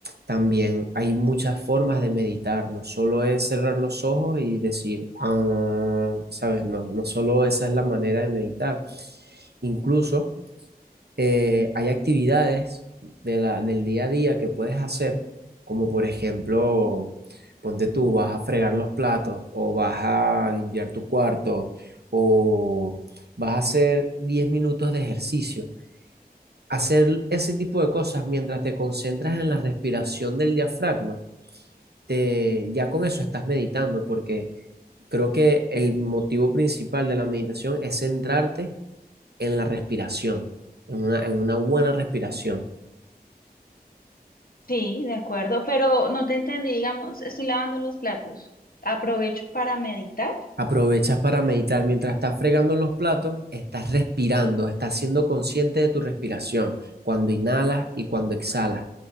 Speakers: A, on the right; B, on the left.
A: también hay muchas formas de meditar, no solo es cerrar los ojos y decir, "Ah", ¿sabes? No, no solo esa es la manera de meditar. Incluso eh, hay actividades de la- del día a día que puedes hacer, como por ejemplo, ponte tú, vas a fregar los platos o vas a limpiar tu cuarto o vas a hacer 10 minutos de ejercicio. Hacer ese tipo de cosas mientras te concentras en la respiración del diafragma, te, ya con eso estás meditando, porque creo que el motivo principal de la meditación es centrarte en la respiración, en una, en una buena respiración.
B: Sí, de acuerdo, pero no te entendí, digamos, estoy lavando los platos. Aprovecho para meditar.
A: Aprovechas para meditar. Mientras estás fregando los platos, estás respirando, estás siendo consciente de tu respiración, cuando inhalas y cuando exhalas.